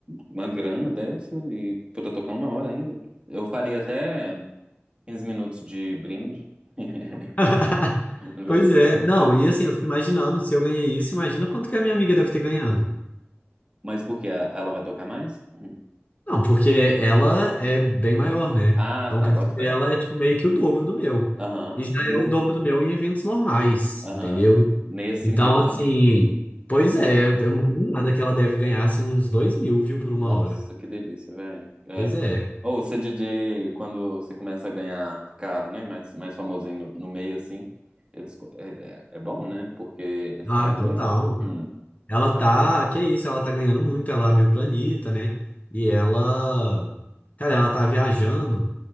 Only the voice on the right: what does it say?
uma grana dessa e pra tocar uma hora ainda. Eu faria até 15 minutos de brinde. <laughs>
Juro.
É.
Mas por quê? Ela vai tocar mais? Hum.
Ah,
tá,
bota fé.
Aham.
Nu.
Aham.
Nesse
então
também.
Nossa,
que delícia, velho. É.
Ou ser DJ, quando você começa a ganhar, ficar, né, mais, mais famosinho no, no meio, assim, eles, co- é, é, é bom, né? Porque eles
pagam
bem. Hum,
eles pagam
super bem.